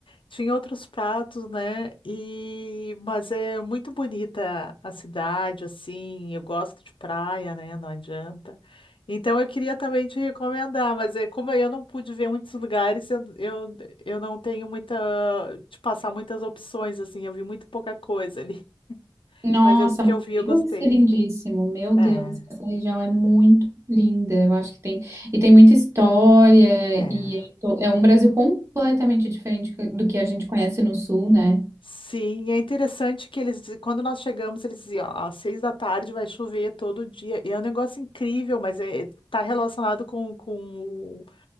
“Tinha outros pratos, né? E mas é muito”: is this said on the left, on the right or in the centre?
Left